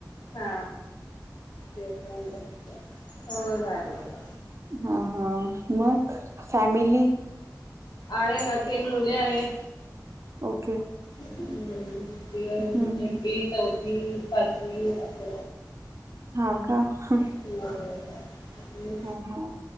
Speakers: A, on the left; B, on the right.
A: हा ते हो ना. <inaudible> <unintelligible> झा.
B: हा हा मख फॅमिली.
A: आहे ना तीन मुली आहेत.
B: ओके
A: हम्म <unintelligible>
B: हम्म हम्म
A: एकवी चौथी पाचवी अस.
B: हा का. <unintelligible>
A: <inaudible> हम्
B: हा हा.